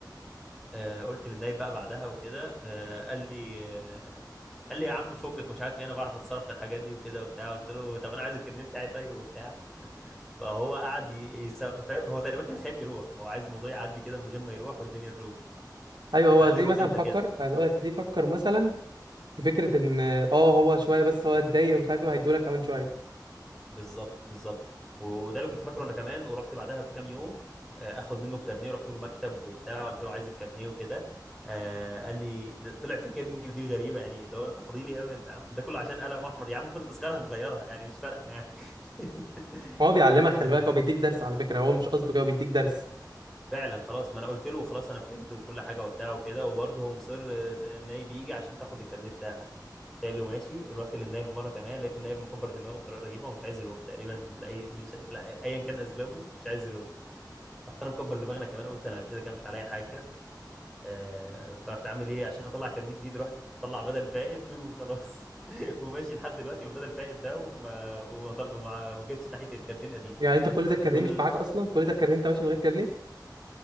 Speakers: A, in the centre; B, on the right.
A: آه، قلت للنايب بقى بعدها وكده آه، قال لي آه، قال لي يا عم فكك مش عارف ايه انا بعرف اتصرف في الحاجات دي وكده وبتاع قلت له طب انا عايز الكارنيه بتاعي طيب وبتاع فهو قعد ي- يس- فاهم هو تقريبا كان خايف يروح هو عايز الموضوع يعدي كده من غير ما يروح والدنيا تروح
B: ايوه هو
A: فقال
B: هتلاقيه
A: لي روح
B: مثلا
A: انت
B: فكر
A: كده
B: هقول لك هتلاقيه فكر مثلا في فكرة ان اه هو شوية بس هو اتضايق ومش عارف ايه وهيدولك كمان شوية
A: بالظبط بالظبط وده اللي كنت فاكره انا كمان ورحت بعدها بكام يوم آه، اخد منه الكارنيه رحت له المكتب وبتاع قلت له عايز الكارنيه وكده آه، قال لي ده- طلع فاكرني ودي غريبه يعني لو انت فضيلي يا ابني انت عم ده كله عشان قلم احمر يا عم خد التذكره هنغيرها يعني مش فارقه يعني <laughs>
B: هو بيعلمك خلي بالك هو بيديك درس على فكرة هو مش قصده كده هو بيديك درس
A: فعلا خلاص ما انا قلت له خلاص انا فهمت وكل حاجه وبتاع وكده وبرضه هو مصر آه، النايب يجي عشان تاخد الكارنيه بتاعك قلت له ماشي رحت للنايب مره كمان لقيت النايب مكبر دماغه بطريقه رهيبه ومش عايز يروح تقريبا لاي مش لا ايا كان اسبابه مش عايز يروح رحت انا مكبر دماغنا كمان قلت انا كده كده مش عليا حاجه آه، فرحت عامل ايه عشان اطلع كارنيه جديد رحت اطلع بدل فائد وخلاص <laughs> وماشي لحد دلوقتي بالبدل فائد ده وما وما طل- وما- ما جبتش ناحيه الكارنيه القديم
B: يعني انت كل ده الكارنيه
A: وال...
B: مش معاك اصلا كل ده الكارنيه انت ماشي من غير كارنيه